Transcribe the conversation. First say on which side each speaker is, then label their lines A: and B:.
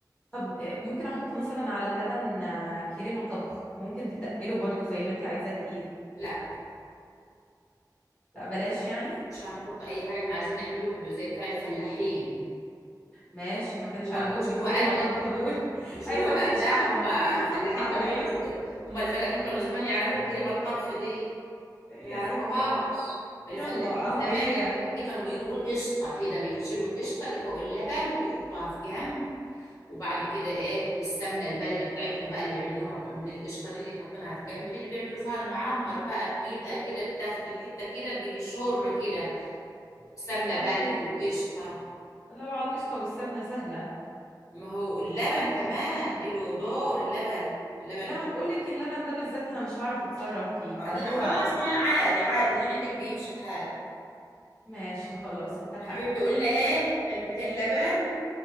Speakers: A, on the left; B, on the left.
A: طب آه، ممكن احط مثلا على اللبن آه، كريمة طبخ ممكن تتقله برضو زي ما انت عايزاه تقيل
B: لا
A: لا بلاش يعني
B: مش هنحط اي حاجه احنا عايزين نعمله زي بتاع الفلاحين
A: ماشي ما كانش
B: هو
A: عندهم
B: مش
A: كريمة
B: هو قال لي-
A: طبخ دول <laughs>
B: مش
A: ايوه
B: هو قال-
A: ما كانش
B: لا
A: عندهم
B: هم الفلاحين
A: كريمة طبخ على
B: كانوا
A: ايامهم
B: يعرفوا ك- هم الفلاحين كانوا زمان يعرفوا الكريمه الطبخ دي
A: إيه
B: ما
A: يا
B: يعرفوهاش
A: ستي
B: الفلاحين
A: يلا اهو
B: زمان
A: اي
B: يا حبيبتي كانوا بيجيبوا القشطه كده بيشيلوا القشطه اللي فوق اللبن وبيحطوها في جنب وبعد كده ايه السمنه البلدي بتاعتهم بقى اللي بيعملوها من من القشطه دي اللي حاطينها في جنب دي اللي بيعملوا فيها المعمر بقى بيبقى كده بتاخد الحته كده بيشر كده سمنه
A: والله
B: بلدي وقشطه
A: لو على القشطة والسمنة سهلة
B: ما هو اللبن كمان له دور اللبن اللبن
A: لا انا بقول لك اللبن ده بالذات انا مش هعرف اتصرف فيه
B: آه،
A: فهو
B: لا خلاص ما عادي عادي اللي عندك بيمشي حاله
A: ماشي خلاص اتفقنا
B: حبيبتي قلنا ايه علبتين لبن